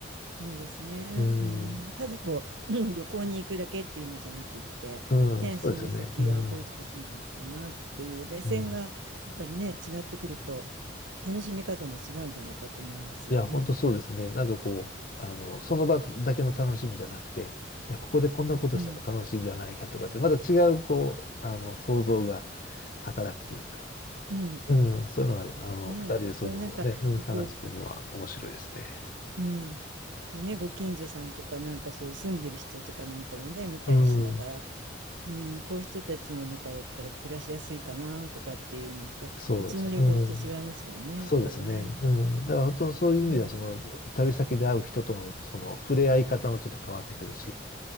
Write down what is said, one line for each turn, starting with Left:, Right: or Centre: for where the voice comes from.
Right: いいですね。
Left: うん、
Right: うん。ただこう、うん旅行に行くだけっていうのじゃなくって、
Left: うん、
Right: ね、
Left: そうですよね。
Right: その先、
Left: うん、
Right: あ、こういうとこ住んでみたいなっていう目線が、
Left: うん。
Right: やっぱりね、違ってくると、楽しみ方も違うんじゃないかと思います。
Left: いや、本当そうですね。
Right: うん。
Left: なんかこう、あの、その場だけの楽しみじゃなくて、いや、ここでこんなことしたら楽しいんじゃないかとかって、
Right: うん。
Left: また違う、こう、あの、想像が働くというか、
Right: うん。
Left: うん、そういうのは、あの、
Right: ねえ、
Left: 二人でそのね、
Right: そう、なんか、
Left: うん、話してるのは面白いですね。
Right: こう、うん。まあね、ご近所さんとか、なんかそう、住んでる人とかなんかもね、見たりしながら、
Left: うん、
Right: うん、こういう人たちの中だったら暮らしやすいかなとかっていうのって、
Left: そうですね。
Right: 普通の旅行と違いますもんね、
Left: うん、そうですね。
Right: やっぱりね。
Left: うん、だから本当そういう意味では、
Right: うん。
Left: その、旅先で会う人との、その、触れ合い方もちょっと変わってくるし、